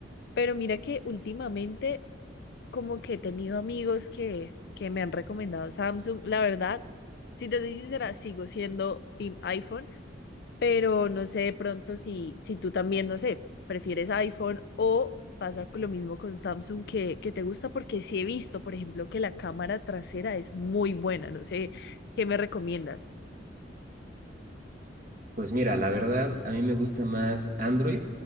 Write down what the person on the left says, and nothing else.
pero mira que últimamente como que he tenido amigos que, que me han recomendado Samsung. La verdad, si te soy sincera, sigo siendo Team iPhone, pero no sé de pronto si, si tú también, no sé, prefieres iPhone o pasa con lo mismo con Samsung que, que te gusta, porque sí he visto, por ejemplo, que la cámara trasera es muy buena. No sé, ¿qué me recomiendas?